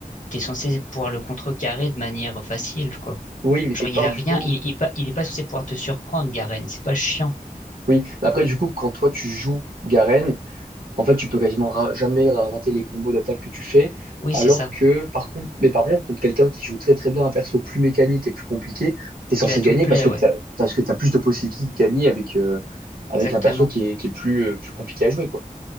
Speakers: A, on the left; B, on the right.
A: t'es censé pouvoir le contrecarrer de manière facile, quoi.
B: Oui, mais
A: Genre,
B: quelque part,
A: il a
B: du
A: rien,
B: coup,
A: il, il, pas- il est pas censé pouvoir te surprendre, Garen. C'est pas chiant.
B: oui. Après, du coup, quand toi, tu joues Garen, en fait, tu peux quasiment ra- jamais ra- rater les combos d'attaque que tu fais.
A: Oui,
B: Alors
A: c'est ça.
B: que, par contre, mais par contre, contre quelqu'un qui joue très très bien un perso plus mécanique et plus compliqué, t'es censé
A: Il va tout
B: gagner
A: te plaire,
B: parce que t'as,
A: ouais.
B: parce que t'as plus de possibilités de gagner avec, euh, avec
A: Exactement.
B: un perso qui est, qui est plus, euh, plus compliqué à jouer, quoi.